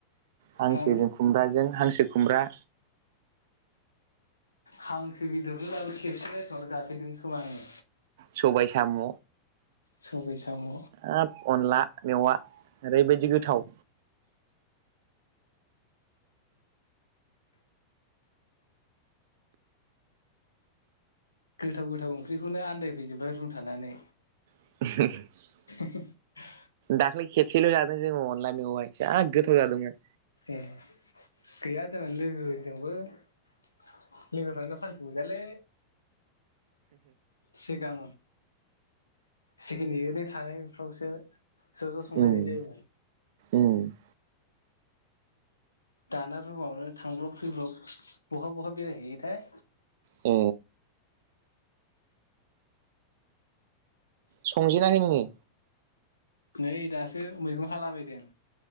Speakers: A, on the right; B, on the left.
A: हांसोजों
B: हा
A: खुमब्राजों हांसो। खुमब्रा।
B: हांसो बेदरखो दाबो खेबसे नसिनावल' जाफेरदों खोमा आंङो।
A: सबाय साम'
B: सबाय स साम'
A: हाब अनला मेवा ओरैबायदि गोथाव।
B: गोथाव गोथाव ओंख्रिखौनो आनन्दायफैजोबबाय रुमथानानै।
A: <inaudible>
B: <unintelligible>
A: दाखलि खेबसेल' जा जोङो अनला मेवाइ जा गोथा जादोंमोन
B: ए गैया जोंहा लोगोजोंबो लोगोफोरानो फालतु गोजालै सिगां सिखिनि इदि थानायफ्रावसो ज' ज' संलायनाय
A: उम
B: जायोमोन
A: उम
B: दाना रुमावनो थांब्रब फैब्रब बहा बहा बेरायहैयोथाय
A: अ संजेनाखै नोङो
B: नै दासो मैगं हालाबायदों।